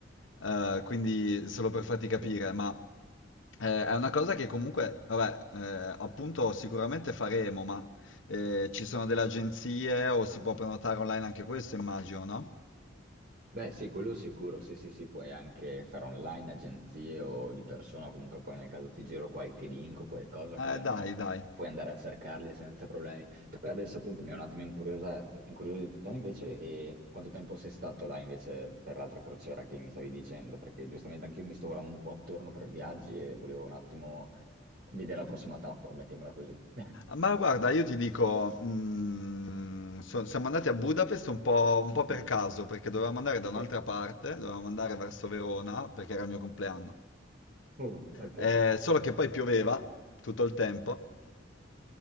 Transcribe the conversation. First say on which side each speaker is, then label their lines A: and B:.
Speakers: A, on the left; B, on the right.
A: Eh, quindi, solo per farti capire,
B: Sì.
A: ma. Eh, è una cosa che comunque, vabbè, eh, appunto sicuramente faremo, ma eh, ci sono delle agenzie o si può prenotare online anche questo, immagino, no?
B: Beh, sì, quello sicuro, sì, sì, sì, puoi anche fare online, agenzie o di persona, comunque poi nel caso ti giro qualche link o qualcosa,
A: Eh,
B: così almeno
A: dai, dai.
B: puoi andare a cercarli senza problemi. Per adesso appunto mi è un attimo incuriosito, incuriosito te invece, e quanto tempo sei stato là invece per l'altra crociera che mi stavi dicendo? Perché giustamente anch'io mi sto guardando un po' attorno per viaggi e volevo un attimo vedere la prossima tappa, mettiamola così. <laughs>
A: Ma guarda, io ti dico, mm, so- siamo andati a Budapest un po', un
B: Mhm.
A: po' per caso, perché dovevamo andare
B: Ok,
A: da un'altra parte, dovevamo andare verso Verona, perché era il mio compleanno.
B: Uh, ok,
A: Eh, solo che poi pioveva tutto il tempo